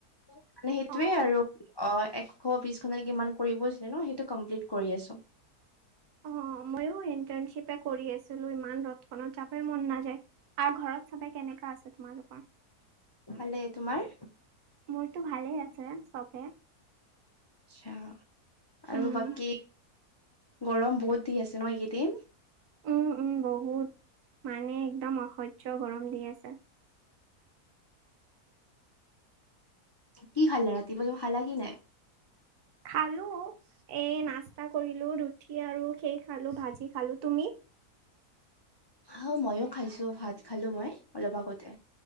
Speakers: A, on the left; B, on the right.
A: মানে সেইটোৱেই
B: অ অ
A: আৰু অ এশ বিশ খত কিমান কৰিব হৈছিলে ন সেইটো কমপ্লিট কৰি আছো
B: অ মইও ইন্টাৰ্ণশ্বিপে কৰি আছিলো ইমান ৰদখনত যাবই মন নাযায়। আৰু ঘৰত চবে কেনেকা আছে তোমালোকৰ
A: ভালে তোমাৰ
B: মোৰতো ভালে আছে চবে
A: আচ্ছা
B: উম।
A: আৰু বাকী গৰম বহুত দি আছে ন এইকেইদিন
B: উম উম বহুত মানে একদম অসহ্য গৰম দি আছে
A: কি খালে ৰাতিপুৱা কিবা খালা কি নাই
B: খালো এ নাস্তা কৰিলো ৰুঠি আৰু খেই খালো ভাজি খালো তুমি
A: হা ময়ো খাইছোঁ ভাত খালোঁ মই অলপ আগতে